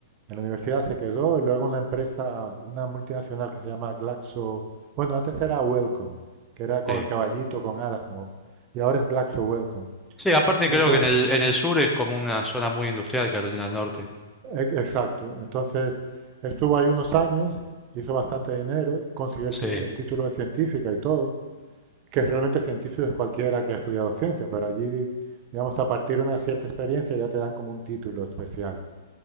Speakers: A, on the right; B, in the centre.
A: En la universidad se quedó y luego una empresa, una multinacional que se llama Glaxo, bueno, antes era Wellcome, que era con
B: Sí.
A: el caballito, con alas, como, y ahora es Glaxo Wellcome.
B: Sí, aparte
A: Y
B: creo
A: entonces,
B: que en el, en el sur es como una zona muy industrial, Carolina del Norte.
A: e- exacto, entonces estuvo ahí unos años, hizo bastante dinero, consiguió
B: Sí.
A: el, ti- el título de científica y todo, que realmente científico es cualquiera que ha estudiado ciencia, pero allí, digamos, a partir de una cierta experiencia ya te dan como un título especial.